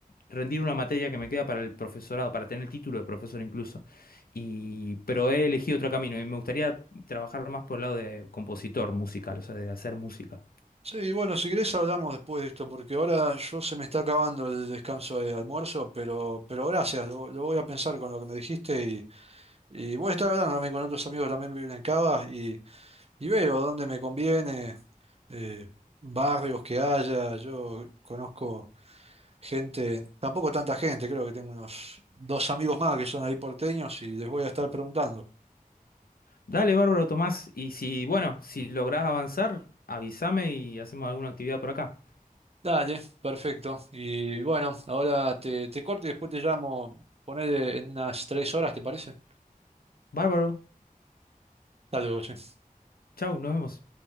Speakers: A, on the left (about 80°); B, on the right (about 45°).
A: rendir una materia que me queda para el profesorado, para tener el título de profesor incluso. Y, pero he elegido otro camino y me gustaría trabajar más por el lado de compositor musical, o sea, de hacer música.
B: Sí, bueno, si querés hablamos después de esto, porque ahora yo se me está acabando el descanso de almuerzo, pero, pero gracias, lo, lo voy a pensar con lo que me dijiste y, y voy a estar hablando también con otros amigos que también viven en Cava y, y veo dónde me conviene, eh, barrios que haya, yo conozco gente, tampoco tanta gente, creo que tengo unos dos amigos más que son ahí porteños y les voy a estar preguntando.
A: Dale, bárbaro, Tomás. Y si, bueno, si lográs avanzar, avísame y hacemos alguna actividad por acá.
B: Dale, perfecto. Y bueno, ahora te, te corto y después te llamo, ponele en unas tres horas, ¿te parece?
A: Bárbaro,
B: Saludos.
A: chau, nos vemos.